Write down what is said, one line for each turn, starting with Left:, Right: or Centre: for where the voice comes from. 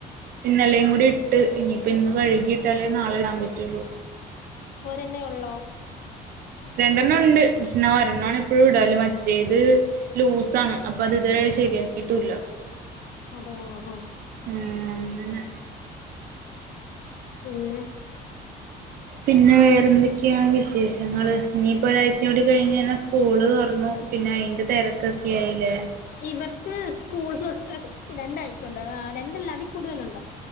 Right: ഇന്നലെയും കൂടി ഇട്ട് ഇനിയിപ്പ ഇന്ന് കഴുകിയിട്ടാലേ നാളെ ഇടാൻ പറ്റുള്ളൂ
Left: ഓരെണ്ണേ ഒള്ളോ?
Right: രണ്ടെണ്ണം ഉണ്ട് പക്ഷേ ഒരെണ്ണം എപ്പഴും ഇടല് മറ്റേത് ലൂസാണ് അപ്പൊ അത് ഇതുവരെ ശരിയാക്കിട്ടുല്ല
Left: അതെയാ ആഹ്
Right: ആഹ് അങ്ങനെ
Left: പിന്നെ
Right: പിന്നെ വേറെ എന്തൊക്കെയാ വിശേഷങ്ങള് ഇനിപ്പോ ഒരാഴ്ച്ചയൂടി കഴിഞ്ഞാന്ന സ്കൂള് തോറന്നു പിന്നെ അയിന്റെ തെരക്കൊക്കെ ആയില്ലേ
Left: ഇവർക്ക് സ്കൂള് തൊർക്കാൻ രണ്ടാഴ്ച്ചുണ്ട് രണ്ടല്ല അതികൂടുതലുണ്ട്